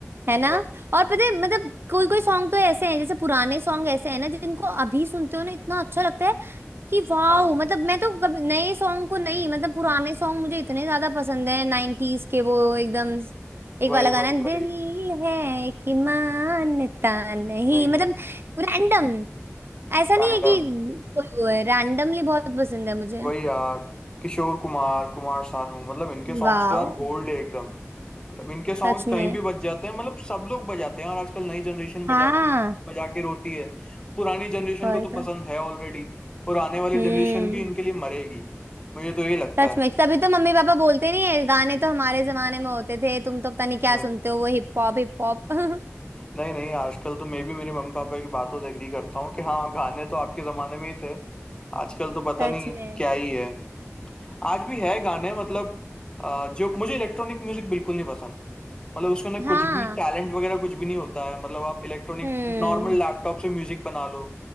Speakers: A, on the right; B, on the left.
A: है
B: मतलब
A: ना और पता है मतलब कोई कोई सॉन्ग तो ऐसे हैं जैसे पुराने सॉन्ग ऐसे हैं ना जिनको अभी सुनते हो ना इतना अच्छा लगता है कि वाह
B: हाँ
A: मतलब मैं तो कभी नए सॉन्ग को नहीं मतलब पुराने सॉन्ग मुझे इतने ज्यादा पसंद है नाइनटीज के वो एकदम एक
B: वही
A: वाला गाना
B: वही
A: है,
B: वही
A: दिल है कि मानता नहीं
B: नहीं
A: मतलब रैंडम ऐसा नहीं
B: रैंडम
A: है कि कोई वो है रैंडमली बहुत पसंद है मुझे
B: वही यार किशोर कुमार कुमार सानू मतलब इनके सॉन्ग्स
A: वाह
B: तो यार गोल्ड है एकदम मतलब इनके सॉन्ग्स
A: सच में
B: कहीं भी बज जाते हैं मतलब सब लोग बजाते हैं और आजकल नई जनरेशन बजाती
A: हाँ
B: है बजा के रोती है पुरानी जनरेशन
A: वही
B: को तो पसंद
A: तो
B: है ऑलरेडी और आने वाली
A: हम्म
B: जनरेशन भी इनके लिए मरेगी मुझे तो ये लगता
A: सच
B: है
A: में सभी तो मम्मी पापा बोलते नहीं है गाने तो हमारे जमाने में होते थे तुम तो पता नहीं क्या
B: वही।
A: सुनते हो वो हिप हॉप हिप हॉप <laughs>
B: नहीं नहीं आजकल तो मैं भी मेरे मम्मी पापा की बातों से एग्री करता हूँ कि हाँ गाने तो आपके जमाने में ही थे आजकल तो पता
A: सच
B: नहीं
A: में
B: क्या ही है आज भी है गाने मतलब अ, जो मुझे इलेक्ट्रॉनिक म्यूजिक बिल्कुल नहीं पसंद मतलब उसके अंदर कुछ
A: हाँ
B: भी टैलेंट वगैरह कुछ भी नहीं होता है मतलब आप इलेक्ट्रॉनिक
A: हम्म
B: नॉर्मल लैपटॉप से म्यूजिक बना लो